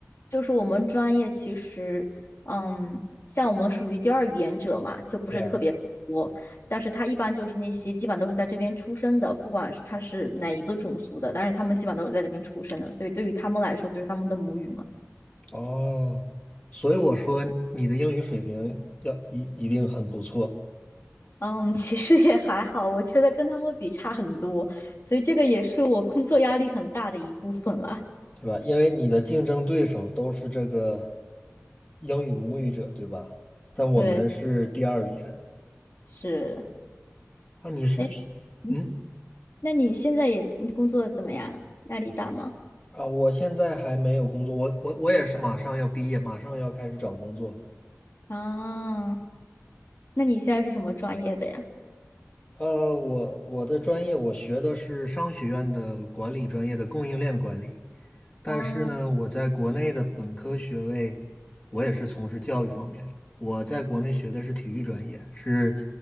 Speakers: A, on the left (about 50°); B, on the left (about 30°).
A: 就是我们专业其实，嗯，像我们属于第二语言者嘛，就不是特别多。
B: 对呀。
A: 但是他一般就是那些基本都是在这边出生的，不管是他是哪一个种族的，但是他们基本都是在这边出生的，所以对于他们来说就是他们的母语嘛。
B: 哦，所以我说你的英语水平要一一定很不错，
A: 嗯，<laughs> 其实也还好，我觉得跟他们比差很多，所以这个也是我工作压力很大的一部分啦。
B: 对吧？因为你的竞争对手都是这个英语母语者，对吧？但我们是第二语言。
A: 对，是。
B: 啊，你是去，
A: 诶嗯
B: 嗯，
A: 那你现在也你工作怎么样？压力大吗？
B: 啊，我现在还没有工作，我我我也是马上要毕业，马上要开始找工作。
A: 啊，那你现在是什么专业的呀？
B: 呃，我我的专业我学的是商学院的管理专业的供应链管理，但是呢，
A: 啊，
B: 我在国内的本科学位，我也是从事教育方面的。我在国内学的是体育专业，是